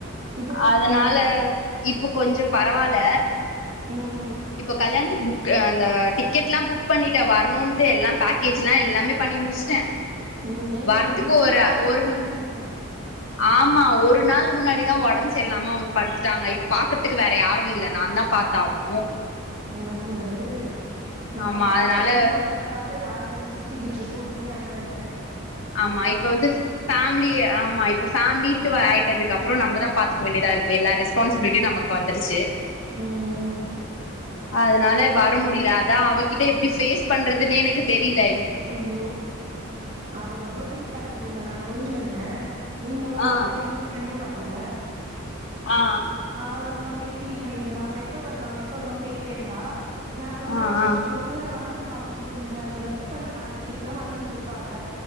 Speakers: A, on the right; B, on the left.
A: இப்ப எப்டி
B: அதனால
A: இருக்காங்க
B: இப் போ கொஞ்சோ பரவால்ல
A: ம்
B: இப்ப கல்யாணத்துக்கு புக் அந்த டிக்கெட் எல்லாம் புக் பண்ணிட்டே வரணுன்ட்டு எல்லா பேக்கேஜ் எல்லா எல்லாமே பண்ணி முடிச்சுட்டே
A: ம் ஏ
B: வரத்துக்கு
A: நீங்க முன்னாலந்தே
B: ஒரு
A: ஆர்வமாதானே
B: ஒரு
A: இருந்தீங்க
B: ஆமா ஒரு நாள் முன்னாடிதா ஒடம்பு சரியில்லாம அவுங்க படுத்துட்டாங்க இப்ப பாக்கறதுக்கு வேற யாரு இல்ல நான்தா பாத்தாகணு
A: என்ன பண்றது நம்ம
B: ஆமா
A: காலேஜ்
B: அதனால
A: டைம்ல நம்ம பா ட்டு ராஜாமா சுத்திக்கிட்டு இருப்போ இங்க அங்கனு
B: ஆமா இப்ப வந்து ஃபேமிலி ஆமா இப்ப ஃபேமிலின்ட்டு ஆய்ட் டதுக்கப்பறோ நம்மதா பாத்துக்க வேண்டியதா இருக்கு எல்லா ரெஸ்பான்சிபிலிட்டியு நமக்கு வந்துருச்சு
A: ம்
B: அதனால
A: சேரி
B: வர முடில அதா அவகிட்ட எப்டி ஃபேஸ் பண்றதுனே எனக்கு தெரில
A: அய்யோ அவ ரொம்ப ஃபீல் பண்ணிட்டு இருந்தா நா போயிருந்தே நீங்களு
B: ஆ
A: வர்ல இன்னொரு ஃப்ரெண்டு வர்ல
B: ஆ ஆ
A: ஆ அவ ரொம்ப அப்டியே ஃபீல் பண்ணிட்டு இருந்தா அவ எப்ப வருவாங்க எப்ப வருவாங்கணு கேட்டே இருந்தா நா சொன்ன
B: ஆ
A: ரிசப்ஷன்
B: ஆ
A: அப்போ இல்ல வந்துருவாங்க இன்னு கொஞ்ச நேரத்துல பு க் பண்ட்டாங்க டிக்கட்ல்லா வந்துட்டு இருப்பாங்க